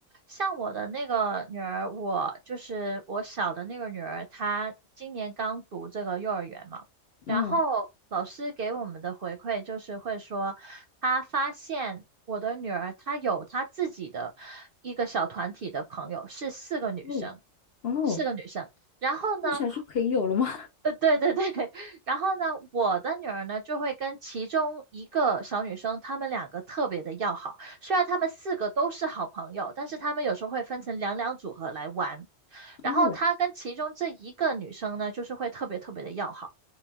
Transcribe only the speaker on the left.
嗯，
哦哦
那么小就可以有了吗？
<laughs>
哦，